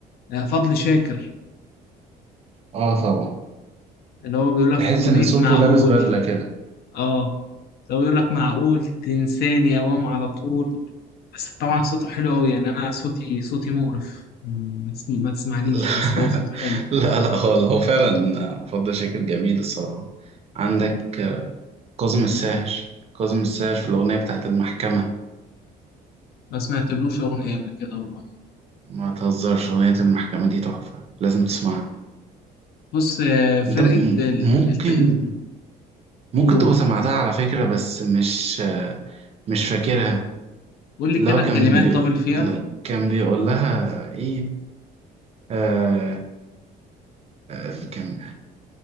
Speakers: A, on the left (about 70°); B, on the right (about 35°).
A: آه، فضل شاكر
B: اه طبعا
A: اللي هو بيقول لك
B: تحس
A: في اغنيه
B: ان صوته
A: معقول
B: لابس بدلة كده
A: اه لو بيقول لك معقول تنساني اوام على طول بس طبعا صوته حلو قوي يعني انا صوتي صوتي مقرف مم، ما تسم- ما تسمعنيش
B: <laughs>
A: بس هو صوته حلو
B: لا لا لا خالص هو فعلا فضل شاكر جميل الصراحة عندك كاظم الساهر كاظم الساهر في الأغنية بتاعت المحكمة
A: ما سمعتلوش اغنيه قبل كده والله
B: ما تهزرش أغنية المحكمة دي تحفة لازم تسمعها
A: بص آه، فرقه
B: أنت م-
A: ال-
B: ممكن
A: الت- ال-
B: ممكن
A: قول
B: تبقى سمعتها على فكرة بس مش مش فاكرها
A: قول لي
B: اللي
A: كده
B: هو
A: الكلمات
B: كان بي...
A: طب اللي فيها
B: اللي كان بيقول لها إيه آه... آه... كان...